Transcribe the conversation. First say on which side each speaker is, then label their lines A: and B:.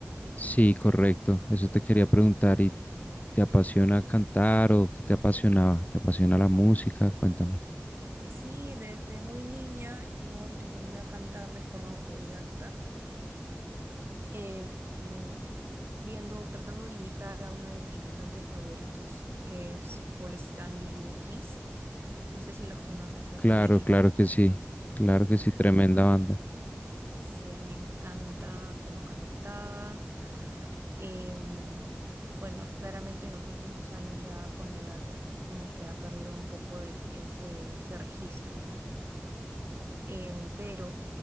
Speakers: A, on the left (about 40°); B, on the right (about 65°).
A: Sí, correcto. Eso te quería preguntar. ¿Y te apasiona cantar o qué te apasionaba? ¿Te apasiona la música? Cuéntame.
B: Sí, desde muy niña yo aprendí a cantar de forma autodidacta, eh, mm, viendo, tratando de imitar a uno de mis cantantes favoritos, que es Paul Stanley de Kiss. No sé si los conoces, esos
A: Claro,
B: viejitos.
A: claro que sí. Claro que sí, tremenda banda.
B: Sí, a mí me encanta cómo cantaba. Em, bueno, claramente en los últimos años ya con la edad como que ha perdido un poco el- ese, ese registro, ¿no? Em, pero